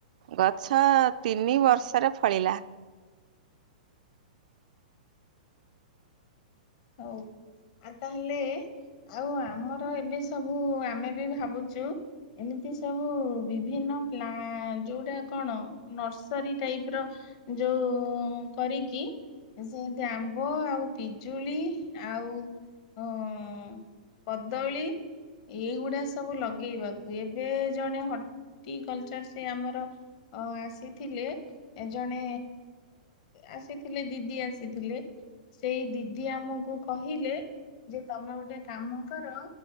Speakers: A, on the right; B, on the left.
A: ଗଛ ତିନି ବର୍ଷରେ ଫଳିଲା।
B: ହଉ ଆଉ ତାହେଲେ ଆଉ ଆମର ଏବେ ସବୁ ଆମେ ବି ଭାବୁଛୁ ଏମିତି ସବୁ ବିଭିନ୍ନ ପ୍ଲା ଯୋଉଟା କଣ ନର୍ସରୀ ଟାଇପ୍ ର ଯୋଉ କରିକି ସେମତି ଆମ୍ବ ଆଉ ପିଜୁ ଜୁଳି ଆଉ ହଁ କଦଳୀ ଏଇଗୁଡା ସବୁ ଲଗେଇବାକୁ ଏବେ ଜଣେ ହଟି କଲଚର ସେ ଆମର ଆସିଥିଲେ ଜଣେ ଆସିଥିଲେ ଦିଦି ଆସିଥିଲେ। ସେଇ ଦିଦି ଦିଦି ଆମକୁ କହିଲେ ଯେ ତମେ ଗୋଟେ କାମ କର